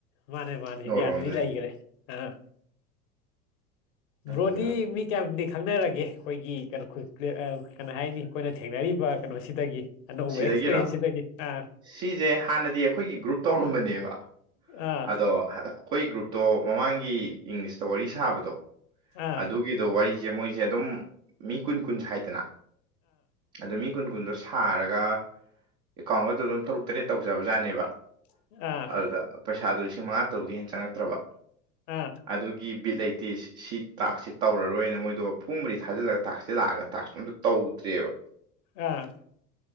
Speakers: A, on the left (about 50°); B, on the right (about 20°).
A: ꯃꯥꯅꯦ ꯃꯥꯅꯦ
B: ꯅꯣꯔꯠ
A: ꯏꯟꯗꯤꯌꯥꯗꯗꯤ
B: ꯔꯣꯝꯗꯗꯤ
A: ꯂꯩꯒ꯭ꯔꯦ ꯑꯥ ꯕ꯭ꯔꯣꯗꯤ
B: ꯑꯗꯨꯅ
A: ꯃꯤ ꯀꯦꯌꯥꯝ ꯈꯪꯅꯔꯒꯦ ꯑꯩꯈꯣꯏꯒꯤ ꯀꯩꯅꯣ ꯀꯩꯅꯣ ꯍꯥꯏꯅꯤ ꯑꯩꯈꯣꯏꯅ ꯊꯦꯡꯅꯔꯤꯕ ꯀꯩꯅꯣꯁꯤꯗꯒꯤ ꯑꯅꯧꯕ
B: ꯁꯤꯗꯒꯤꯔꯣ
A: ꯑꯦꯛꯁꯄꯔꯌꯦꯟꯁꯁꯤꯗꯒꯤ ꯑꯥ
B: ꯁꯤꯁꯦ ꯍꯥꯟꯅꯗꯤ ꯑꯩꯈꯣꯏꯒꯤ ꯒ꯭ꯔꯨꯞ ꯇꯧꯔꯝꯕꯅꯦꯕ
A: ꯑꯥ
B: ꯑꯗꯣ ꯑꯩꯈꯣꯏ ꯒ꯭ꯔꯨꯞꯇꯣ ꯃꯃꯥꯡꯒꯤ ꯏꯪꯂꯤꯁꯇ ꯋꯥꯔꯤ ꯁꯥꯕꯗꯣ
A: ꯑꯥ
B: ꯑꯗꯨꯒꯤꯗꯣ ꯋꯥꯔꯤ ꯖꯦ ꯃꯣꯏꯖꯦ ꯃꯤ ꯀꯨꯟ ꯀꯨꯟ ꯁꯥꯏꯗꯅ ꯑꯗꯣ ꯃꯤ ꯀꯨꯟ ꯀꯨꯟ ꯗꯣ ꯁꯥꯔꯒ ꯑꯦꯀꯥꯎꯟꯒꯗ ꯑꯗꯨꯝ ꯇꯔꯨꯛ ꯇꯔꯦꯠ ꯇꯧꯖꯕꯖꯥꯠꯅꯦꯕ
A: ꯑꯥ
B: ꯑꯗꯨꯗ ꯄꯩꯁꯗꯨ ꯂꯤꯁꯤꯡ ꯃꯉꯥ ꯇꯔꯨꯛꯇꯩ ꯍꯦꯟꯅ ꯆꯪꯉꯛꯇ꯭ꯔꯕ
A: ꯑꯥ ꯑꯥ
B: ꯑꯗꯨꯒꯤ ꯕꯤꯠ ꯂꯩꯇꯦ ꯁꯤ ꯇꯥꯛꯁꯦ ꯇꯧꯔꯔꯣꯏꯅ ꯃꯣꯏꯗꯣ ꯐꯨꯝ ꯕꯨꯗꯤ ꯊꯥꯖꯤꯜꯂꯒ ꯇꯥꯛꯁꯦ ꯂꯥꯛꯑꯒ ꯇꯥꯛꯁꯇꯣ ꯑꯝ ꯇꯧꯗ꯭ꯔ ꯕ <unintelligible>
A: ꯑꯥ